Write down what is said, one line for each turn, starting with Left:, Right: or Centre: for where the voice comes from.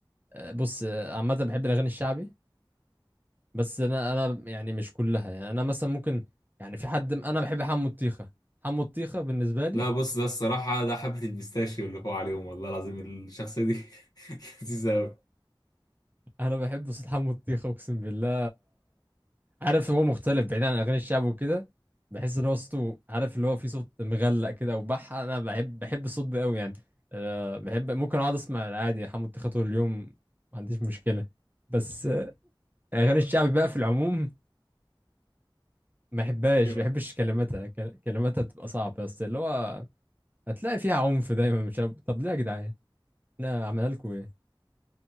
Right: آه، بص آه، عامة بحب الاغاني الشعبي بس انا انا يعني مش كلها يعني انا مثلا ممكن يعني في حد م- انا بحب حمو الطيخه حمو الطيخه بالنسبه لي
Left: لا بص ده الصراحة ده حبة البيستاشيو اللي فوق عليهم والله العظيم الشخصية دي <laughs> لذيذة أوي
Right: انا بحب صوت حمو الطيخه اقسم بالله عارف هو مختلف بعيد عن اغاني الشعب وكده بحس ان هو صوته عارف اللي هو في صوت مغلق كده وبح انا بحب بحب الصوت ده قوي يعني أه بحب ممكن اقعد اسمع عادي حمو الطيخه طول اليوم ما عنديش مشكله بس آه، اغاني الشعب بقى في العموم ما بحبهاش
Left: ايوه
Right: ما بحبش كلماتها كل- كلماتها بتبقى صعبه بس اللي هو هتلاقي فيها عنف دايما مش عارف- طب ليه يا جدعان احنا عملنا لكم ايه